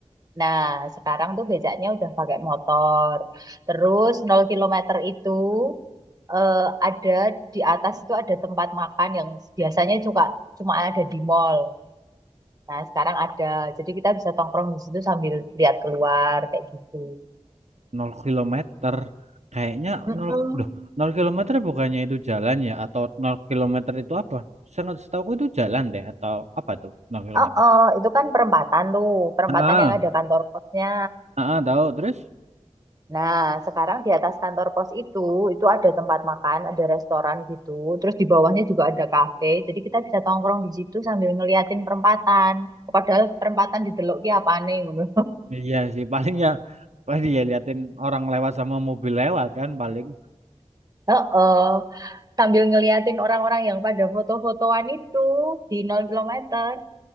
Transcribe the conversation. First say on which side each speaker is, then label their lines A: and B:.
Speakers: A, on the right; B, on the right.
A: Nah, sekarang tuh becaknya udah pakai motor. Terus nol kilometer itu eh, ada di atas itu ada tempat makan yang biasanya juga cuma ada di mall. Nah, sekarang ada. Jadi kita bisa tongkrong di situ sambil lihat keluar kayak gitu.
B: nol kilometer. Kayaknya
A: Mm-mm.
B: nol Duh, nol kilometer bukannya itu jalan ya atau nol kilometer itu apa? Sangat setahu itu jalan deh atau apa tuh nol kilometer?
A: Oh, oh, itu kan perempatan tuh, perempatan
B: Ah,
A: yang ada kantor posnya.
B: ah, ah, tahu terus?
A: Nah, sekarang di atas kantor pos itu, itu ada tempat makan, ada restoran gitu. Terus di bawahnya juga ada kafe. Jadi kita bisa tongkrong di situ sambil ngeliatin perempatan. Padahal perempatan di Delok ki apa nih? ngono.
B: Iya sih paling ya paling ya liatin orang lewat sama mobil lewat kan paling.
A: <laughs> Heeh. Sambil ngeliatin orang-orang yang pada foto-fotoan itu di 0 kilometer.